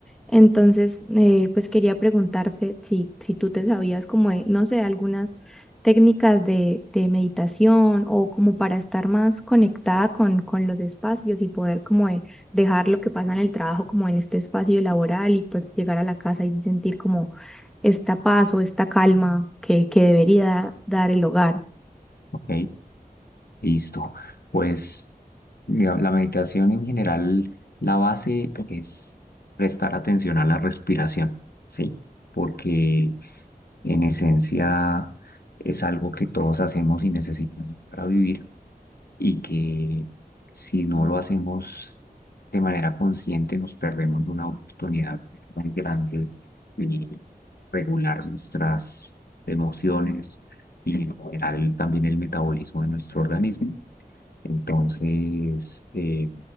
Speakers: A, in the centre; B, on the left.
A: Entonces, eh, pues quería preguntarte si, si tú te sabías como, de, no sé, algunas técnicas de, de meditación o como para estar más conectada con, con los espacios y poder como de dejar lo que pasa en el trabajo como en este espacio laboral y pues llegar a la casa y sentir como esta paz o esta calma que, que debería dar el hogar.
B: ok, listo. Pues digamos, la meditación en general, la base es prestar atención a la respiración, sí, porque en esencia es algo que todos hacemos y necesitamos para vivir. y que si no lo hacemos de manera consciente nos perdemos una oportunidad muy grande de regular nuestras emociones y en general también el metabolismo de nuestro organismo. Entonces, eh,